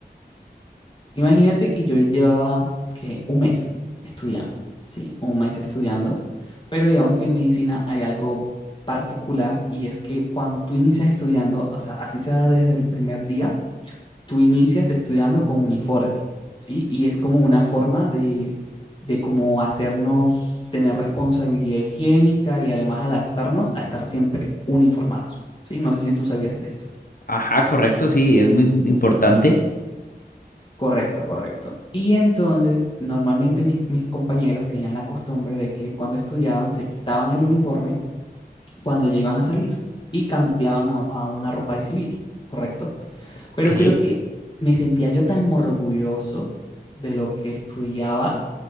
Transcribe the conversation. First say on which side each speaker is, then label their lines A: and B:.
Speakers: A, on the left (about 30°); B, on the left (about 60°).
A: Imagínate que yo llevaba que un mes estudiando, sí, un mes estudiando, pero digamos que en medicina hay algo particular y es que cuando tú inicias estudiando, o sea, así sea desde el primer día, tú inicias estudiando con uniforme, sí, y es como una forma de de cómo hacernos tener responsabilidad higiénica y además adaptarnos a estar siempre uniformados, sí. No sé si tú sabías de esto.
B: Ajá, correcto, sí, es muy importante.
A: Correcto, correcto. Y entonces, normalmente mis, mis compañeros tenían la costumbre de que cuando estudiaban se quitaban el uniforme cuando ya iban a salir y cambiaban a, a una ropa de civil, ¿correcto?
B: Ok,
A: Pero creo que me sentía yo tan orgulloso de lo que estudiaba